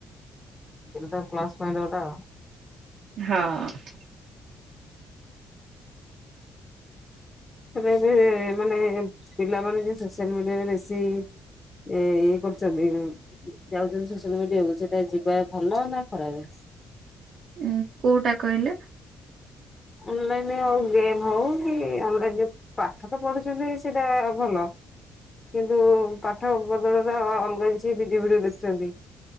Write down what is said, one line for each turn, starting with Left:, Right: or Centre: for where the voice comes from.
Left: ସେଟା ତା ପ୍ଲସ୍ ପଏଣ୍ଟ ଗୋଟେ ଆଉ।
Right: ହଁ ଅଁ।
Left: ଏବେ ଏବେ ମାନେ ପିଲା ମାନେ ଯୋଉ ସୋସିଆଲ୍ ମିଡିଆରେ ବେଶୀ। ଏଇ କରୁଚନ୍ତି। ଯାଉଚନ୍ତି ସୋସିଆଲ୍ ମିଡିଆକୁ ସେଟା ଯିବା ଭଲ ନାଁ ଖରାପେ?
Right: ଉଁ କୋଉଟା କଇଲେ?
Left: ଅନ୍ ଲାଇନ୍ ଆଉ ଗେମ୍ ହୋଉ କି ଅଲଗା ଗେମ୍। ପାଠ ତ ପଢୁଚନ୍ତି ସେଇଟା ଭଲ କିନ୍ତୁ ପାଠ ବଦଳରେ ଅ ଅଲଗା କିଛି ଭିଡିଓ ଫିଡୁଅ ଦେଖୁଚନ୍ତି।